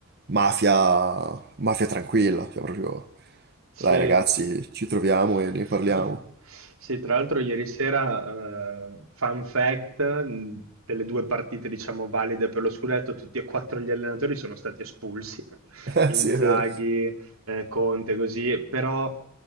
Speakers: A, on the right; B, on the right.
A: mafia, mafia tranquilla, cioè proprio... Dai
B: Sì.
A: ragazzi, ci troviamo
B: <laughs>
A: e ne parliamo.
B: Sì, tra l'altro ieri sera, eh, fun fact, mh, delle due partite diciamo valide per lo scudetto, tutti e quattro gli allenatori sono stati espulsi, <laughs>
A: <laughs> Eh,
B: Inzaghi,
A: sì, è vero.
B: eh, Conte, così, però